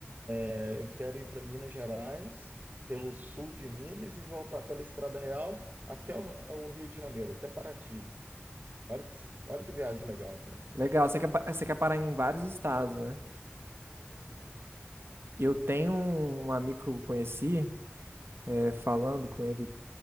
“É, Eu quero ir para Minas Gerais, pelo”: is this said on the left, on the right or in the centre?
Right